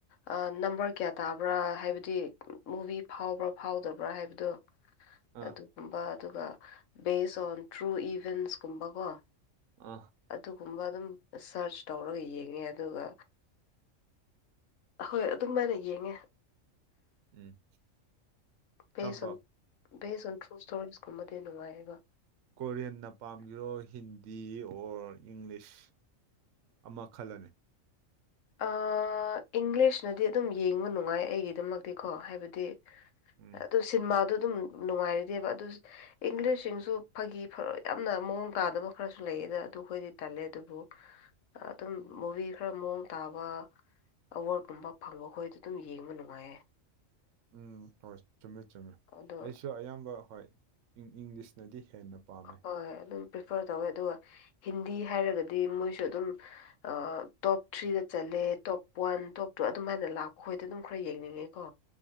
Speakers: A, on the left; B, on the right.
A: ꯑ ꯅꯝꯕꯔ ꯀꯌꯥ ꯇꯥꯕ꯭ꯔꯥ ꯍꯥꯏꯕꯗꯤ ꯃꯨꯚꯤ ꯐꯥꯎꯕ꯭ꯔꯥ ꯐꯥꯎꯗꯕ꯭ꯔꯥ ꯍꯥꯏꯕꯗꯣ
B: ꯑꯥ
A: ꯑꯗꯨꯒꯨꯝꯕ ꯑꯗꯨꯒ ꯕꯦꯁ ꯑꯣꯟ ꯇ꯭ꯔꯨ ꯏꯚ‌ꯦꯟꯁꯀꯨꯝꯕꯀꯣ
B: ꯑ
A: ꯑꯗꯨꯒꯨꯝꯕ ꯑꯗꯨꯝ ꯁꯔꯆ ꯇꯧꯔꯒ ꯌꯦꯡꯉꯦ ꯑꯗꯨꯒ ꯑꯍꯣꯏ ꯑꯗꯨꯃꯥꯏꯅ ꯌꯦꯡꯉꯦ
B: ꯎꯝ
A: ꯕꯦꯖ
B: ꯀꯔꯝꯕ
A: ꯑꯣꯟ ꯕꯦꯖ ꯑꯣꯟ ꯊ꯭ꯔꯨ ꯁ꯭ꯇꯣꯔꯤꯁꯀꯨꯝꯕꯗꯤ ꯅꯨꯡꯉꯥꯏꯌꯦꯕ
B: ꯀꯣꯔꯤꯌꯟꯅ ꯄꯥꯝꯒꯦꯔꯣꯏ ꯍꯤꯟꯗꯤ ꯑꯣꯔ ꯏꯪꯂꯤꯁ ꯑꯃ ꯈꯜꯂꯣꯅꯦ
A: ꯑꯥ ꯑꯥ ꯏꯪꯂꯤꯁꯅꯗꯤ ꯑꯗꯨꯝ ꯌꯦꯡꯕ ꯅꯨꯡꯉꯥꯏ ꯑꯩꯒꯤꯗꯃꯛꯇꯤꯀꯣ ꯍꯥꯏꯕꯗꯤ
B: ꯎꯝ
A: ꯑꯗꯨ ꯁꯤꯟꯃꯥꯗꯣ ꯑꯗꯨꯝ ꯅꯨꯡꯉꯥꯏꯔꯤꯗꯦꯕ ꯑꯗꯨ ꯏꯪꯂꯤꯁꯁꯤꯡꯁꯨ ꯐꯥꯒꯤ ꯐꯔ ꯌꯥꯝꯅ ꯃꯑꯣꯡ ꯇꯥꯗꯕ ꯈꯔꯁꯨ ꯂꯩꯌꯦꯗ ꯑꯗꯨꯈꯣꯏꯗꯤ ꯇꯜꯂꯦ ꯑꯗꯨꯕꯨ ꯑ ꯑꯗꯨꯝ ꯃꯨꯕꯤ ꯈꯔ ꯃꯑꯣꯡ ꯇꯥꯕ ꯑꯋꯥꯔꯗꯀꯨꯝꯕ ꯐꯪꯕ ꯈꯣꯏꯗꯨ ꯑꯗꯨꯝ ꯌꯦꯡꯕ ꯅꯨꯡꯉꯥꯏꯌꯦ
B: ꯎꯝ ꯍꯣꯏ ꯆꯨꯝꯃꯦ ꯆꯨꯝꯃꯦ
A: ꯑꯗꯣ
B: ꯑꯩꯁꯨ ꯑꯌꯥꯝꯕ ꯍꯣꯏ ꯏꯪꯂꯤꯁꯅꯗꯤ ꯍꯦꯟꯅ ꯄꯥꯝꯃꯦ
A: ꯍꯣꯏ ꯑꯗꯨꯝ ꯄ꯭ꯔꯤꯐꯔ ꯇꯧꯋꯦ ꯑꯗꯨꯒ ꯍꯤꯟꯗꯤ ꯍꯥꯏꯔꯒꯗꯤ ꯃꯣꯏꯁꯨ ꯑꯗꯨꯝ ꯑ ꯇꯣꯞ ꯊ꯭ꯔꯤꯗ ꯆꯟꯂꯦ ꯇꯣꯞ ꯋꯥꯟ ꯇꯣꯞ ꯇꯨ ꯑꯗꯨꯝ ꯍꯥꯏꯅ ꯂꯥꯛꯄꯈꯣꯏꯗ ꯑꯗꯨꯝ ꯈꯔ ꯌꯦꯡꯅꯤꯡꯉꯦꯀꯣ